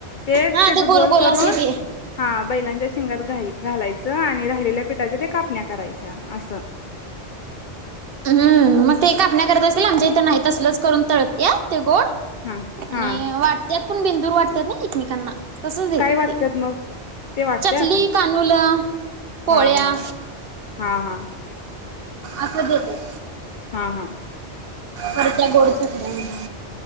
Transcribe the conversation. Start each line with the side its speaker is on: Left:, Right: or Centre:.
Left: तेच
Right: हा
Left: त्याचा
Right: ते
Left: गोल करून.
Right: असते ते
Left: हा बैलांच्या शिंगात घा घालायचं आणि राहिलेल्या पिठाच्या ते कापण्या करायच्या असं. <inaudible>
Right: हम्म मग ते कापण्या करत असेल आमच्या इथं नाहीत असलच करून तळत्यात ते गोड.
Left: हा
Right: आणि
Left: हा
Right: वाटतात पण बिंदूर वाटतात ना एकमेकांना. तसच देतात
Left: काय वाटतात
Right: ते
Left: मग ते वाटत्यात.
Right: चकली कानूलं पोळ्या
Left: हा हा हा हा,
Right: असं देतात.
Left: हा हा,
Right: पर त्या गोड चटण्या <inaudible>